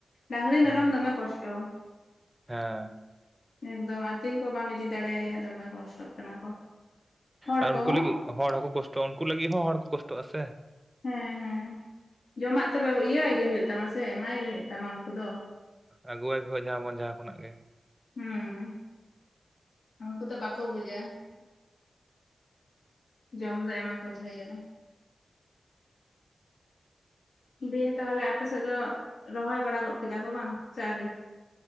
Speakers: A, on the left; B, on the right.
A: ᱰᱟᱝᱨᱤ
B: ᱦᱮᱸ
A: ᱢᱮᱨᱚᱢ ᱫᱚᱢᱮ ᱠᱚᱥᱴᱚ᱾
B: ᱦᱮᱸ
A: ᱮᱠᱫᱚᱢ ᱟᱛᱤᱧ ᱠᱚ ᱵᱟᱢ ᱤᱫᱤ ᱫᱟᱲᱮᱭᱟᱭᱟ <unintelligible> ᱠᱟᱱᱟ ᱠᱚ ᱦᱚᱲ
B: ᱟᱨ
A: ᱠᱚᱦᱚᱸ
B: ᱩᱱᱠᱩ ᱞᱟᱹᱜᱤᱫ ᱦᱚᱲ ᱦᱚᱸᱠᱚ ᱠᱚᱥᱴᱚᱜᱼᱟ, ᱩᱱᱠᱩ ᱞᱟᱹᱜᱤᱫ ᱦᱚᱸ ᱦᱚᱲ ᱠᱚ ᱠᱚᱥᱴᱚᱜᱼᱟ ᱥᱮ
A: ᱦᱮᱸ ᱦᱮᱸ ᱡᱚᱢᱟᱜ ᱛᱚᱵᱮ ᱤᱭᱟᱹ ᱟᱭ ᱜᱮ ᱦᱩᱭᱩᱜ ᱛᱟᱢᱟ ᱥᱮ ᱮᱢᱟᱭ ᱜᱮ ᱦᱩᱭᱩᱜ ᱛᱟᱢᱟ ᱩᱱᱠᱩ ᱫᱚ᱾
B: ᱟᱹᱜᱩᱟᱣ <unintelligible> ᱡᱟᱦᱟᱸ ᱵᱚᱝ ᱡᱟᱦᱟᱸ ᱠᱷᱚᱱᱟᱜ ᱜᱮ
A: ᱦᱩᱸ ᱩᱱᱠᱩ ᱛᱚ ᱵᱟᱠᱚ ᱵᱩᱡᱟ᱾ ᱡᱚᱢ ᱫᱚ ᱮᱢᱟ ᱠᱚᱣᱟ ᱛᱟᱦᱮᱸ ᱠᱟᱱᱟ ᱫᱤᱭᱮ ᱛᱟᱦᱚᱞᱮ ᱟᱯᱮᱥᱮᱫ ᱫᱚ ᱨᱚᱦᱚᱭ ᱵᱟᱲᱟ ᱜᱚᱫ ᱠᱮᱫᱟ ᱠᱚ ᱵᱟᱝ ᱥᱮ ᱟᱹᱣᱨᱤ?